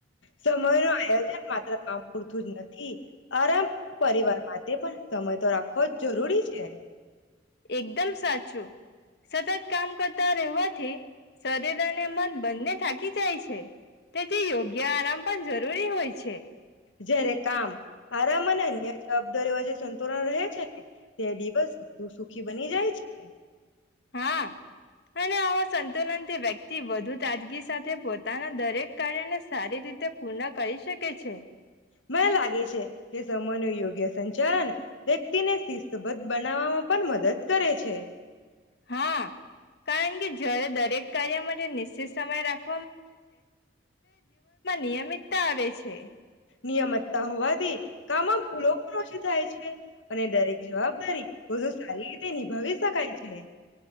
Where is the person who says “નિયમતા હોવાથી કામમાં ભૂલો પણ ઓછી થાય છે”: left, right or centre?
Left